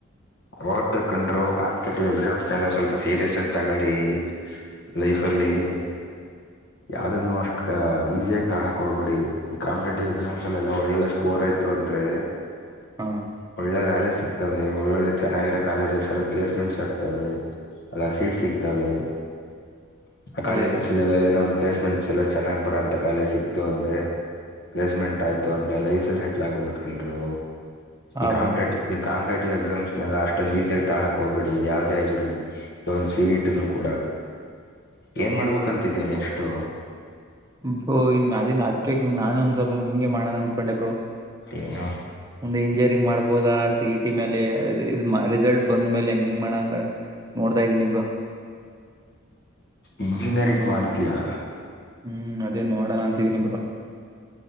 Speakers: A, on the left (about 55°); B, on the right (about 20°).
A: ಓದ್ಬೇಕಂಡ್ರು ಕಾಂಪಿಟೇಟಿವ್ ಎಕ್ಸಾಮ್ಸ್ನೆಲ್ಲ ಸ್ವಲ್ಪ ಸೀರಿಯಸ್ ಆಗಿ ತಗೊಳ್ಳಿ. ಲೈಫ್ ಅಲ್ಲಿ... ಯಾವ್ದನ್ನುನು ಅಷ್ಟು ಈಸ ಆಗಿ ತಾಣೋಕ್ೋಗ್ಬಿಡಿ ಈ ಕಾಂಪಟೇಟಿವ್ ಎಕ್ಸಾಮ್ಸ್ಲ್ಲಿ ಎಲ್ಲ ಒಳ್ಳೊಳ್ಳೆ ಸ್ಕೋರ್... ಇ ಅಂದ್ರೆ
B: ಹಾ
A: ಒಳ್ಳೆ ವ್ಯಾಲೆ ಸಿಗ್ತವೆ ಒಳ್ಳೊಳ್ಳೆ... ಚೆನ್ನಾಗಿರೋ ಕಾಲೇಜಸ್ ಎಲ್ಲಿ ಪ್ಲೇಸ್ಮೆಂಟ್ಸ್ ಆಕ್ತವೆ ಅಲ್ಲ ಸೀಟ್ ಸಿಕ್ತವೆ. ಕಾಲೇಜಸ್ಲ್ಲ
B: ಅದೇ ಅದೇ
A: ಎಲ್ಲ ಏನೋ ಒನ್ ಪ್ಲೇಸ್ಮೆಂಟ್.. ಚಲ ಚೆನ್ನಾಗ್ ಬರುವೋಂತ ಕಾಲ ಸಿಕ್ತು ಅಂದೆ... ಪ್ಲೇಸ್ಮೆಂಟ್ ಆಯ್ತು ಅಂದ್ರ ಲೀಫೆಸೆಟ್ಲ್ ಆಗ ಹೋಗೋ್ ಕೊಂಡ್ರು.
B: ಹಾ
A: ಈ ಕಂಪಿಟೇಟಿವ್
B: ಬ್ರೋ
A: ಈ ಕಂಪಿಟೇಟಿವ್ ಎಕ್ಸಾಮ್ಸ್... ಇನ್ನೆಲ್ಲ ಅಷ್ಟೊಂದಂದು ಈಸಿಿಯಾಗಿ ತಾಳಕ್ ಹೋಗ್ಬೇಡಿ ಯಾವದೇ ಆಗಿರ್ಲಿ ಒಂದು ಸೀಟುಕೂಡ. ಏನ್ ಮಾಡ್ಬೇಕು ಅಂತಿದೀಯ ನೆಕ್ಸ್ಟು?
B: ಬ್ರೋ ಇನ್ ಅದನ್ ಅದಕ ನಾನು ಸ್ವಲ್ಪ ಹಿಂಗೆ ಮಾಡೋಣ ಅನ್ಕೊಂಡೆ ಬ್ರೋ...
A: ಏನು
B: ಮುಂದೆ ಇಂಜಿನಿಯರಿಂಗ್ ಮಾಡ್ಬೋದ? ಸಿ ಇಟಿ ಮೇಲೆ ರಿಸಲ್ಟ್ ಬಂದ್ ಮೇಲೆ ಹೆಂಗ ಹೆಂಗ್ ಮಾಡ ಅಂತ ನೋಡ್ತಾ ಇದೀನಿ ಬ್ರೋ.
A: ಇಂಜಿನಿಯರಿಂಗ್ ಮಾಡ್ತೀಯಾ?
B: ಹು ಅದೇ ನೋಡೋಣ ಅಂತಿದಿನಿ ಬ್ರೋ.